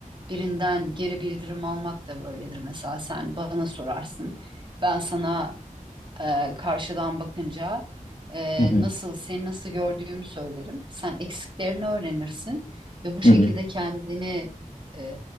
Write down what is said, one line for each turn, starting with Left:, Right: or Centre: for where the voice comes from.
Right: birinden geri bildirim almak da böyledir. Mesela sen bana sorarsın, ben sana e, karşıdan bakınca e,
Left: hı hı,
Right: nasıl seni nasıl gördüğümü söylerim. Sen eksiklerini öğrenirsin ve bu şekilde
Left: hı hı,
Right: kendini e,